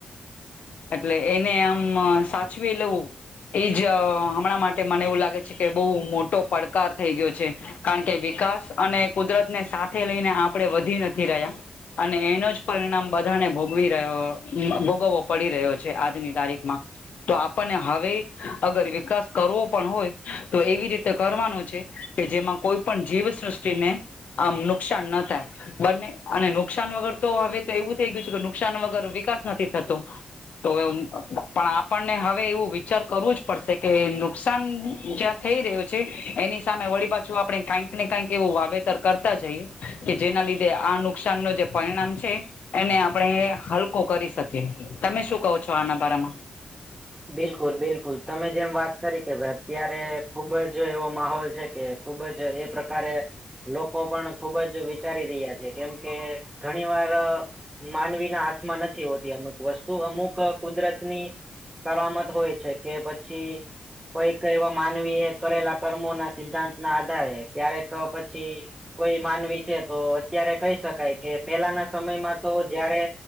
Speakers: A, on the left; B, on the right.
A: એટલે એને આમ સાચવી લેવું એજ અહ હમણાં મા ટે મને એવું લાગે છે કે બહુ મોટો પડકાર થઈ ગયો છે. કારણ કે વિકાસ અને કુદરતને સાથે લઈને આપડે વધી નથી રહ્યા. અને એનો જ પરિણામ બધાને ભોગવી રહ્યો ભોગવવો પડી રહ્યો છે આજની તારીખમાં. તો આપણને હવે અગર વિકાસ કરવો પણ હોય તો એવી રીતે કરવાનો છે કે જેમાં કોઈ પણ જીવસૃષ્ટિને આમ નુકસાનના થાય. બંને અને નુકસાન વગર તો હવે તો એવું થઈ ગયું છે કે નુકસાન વગર વિકાસ નથી થતો. તો પણ આપણને હવે એવું વિચાર કરવું જ પડશે કે નું નુકસાન જ્યાં થઈ રહ્યું છે, એની સામે વળી પાછું આપડે કઈક ને કંક એવું વાવેતર કરતા જઈએ. કે જેના લીધે આ નુકસાન નું જે પરિણામ છે એને આપણે હલકો કરી શકીએ તમે શું કહો છો આના બારામાં?
B: બિલકુલ બિલકુલ તમે જેમ વાત કરી કે અત્યારે તે ખૂબ જ એવો માહોલ છે, ખૂબ જ એ પ્રકારે લોકો પણ ખૂબ જ વિચારી રહ્યા છે, કેમ કે ઘણી વાર અહ માનવીના હાથમાં નથી હોતી અમુક વસ્તુ, અમુક અહ કુદરતની સારામત હોય છે કે પછી કોઈક એવા માનવીએ કરેલા કર્મોના સિદ્ધાંતના આધારે ક્યારેક પછી કોઈ માનવી છે તો અત્યારે કહી શકાય કે પહેલાના સમયમાં તો જ્યારે